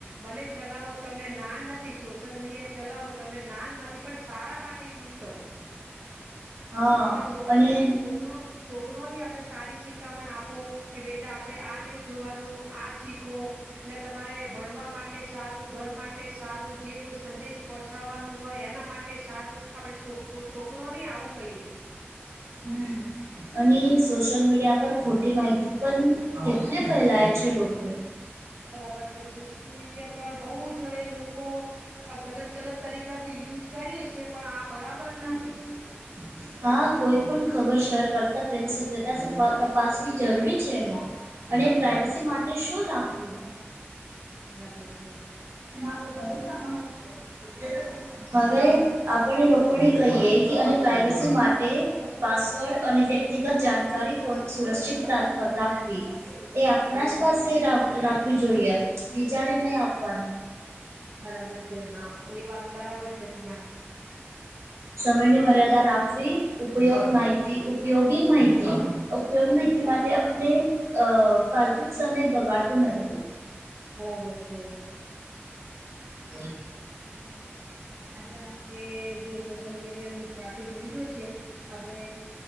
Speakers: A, on the right; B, on the right.
A: ભલે છેલાવો તમને ના નથી, સોશિયલ મીડિયા ચલાવો, તમને નાન નથી પણ સારા માટે યુઝ કરો.
B: <inaudible> હા
A: આપડે છોકરોની
B: અને
A: છોક કરો છોકરો ની આપડણે સારી શિખામણ આપો, કે બેટા આપડે આ નહીં જોવાનું આ શીખો એટલે તમારે ભણવા માટે સારું ઘર માટે સારું જે કોઈ સંદેશ પહોંચાડવાનું હોય એના માટે સારું આપડે છોક, છોકરો ની આવું કહીએ
B: હમ્મ અને સોશલ મીડિયા પર ખોટી માહિત પણ કેટલે ફેલાય છે, લોકો
A: બરાબર છે, સોશિલ મીડિયા પણ બહુ જ હવે લોકો ગલત ગલત તરીકાથી યુઝ કરીએ છીએ, પણ આ બરાબર ના
B: <unintelligible> હા કોઈ પણ ખબર શેર કરતા પેલી સત્યતા તપ તપાસવી જરૂરી છે ને. અને પ્રાઈવેસી
A: બરાબર
B: માટે શું રાખવું
A: બરાબર છે.
B: બ હવે આપણે લોકોને કહીએ કે અને પ્રઇવસી માટે પાસવર્ડ અને વ્યક્તિગત જાણકારી કોણ સુરક્ષિત રા રાખવી. એ આપણા
A: બરાબર
B: જ પાસે
A: છે
B: રાખવી જોઈએ બીજાને
A: બરાબર
B: નહી આપવાનું
A: છે બરાબર છે બરાબર છે હા એ વાત બરાબર છે, તમારી
B: સમયની મર્યાદા રાખવી ઉપયોગ માહિતી ઉપયોગી માહિતી ઉપયોગી માહિતી
A: બરાબર
B: માટે આપને અ ફાલતુ સમય બગાડવો નથી.
A: બરાબર છે.
B: હ
A: આપે કેવાનું આજે આપડે દ સોશિયલ મીડિયા નું ટ્રાપિક લીધું છે. આપડે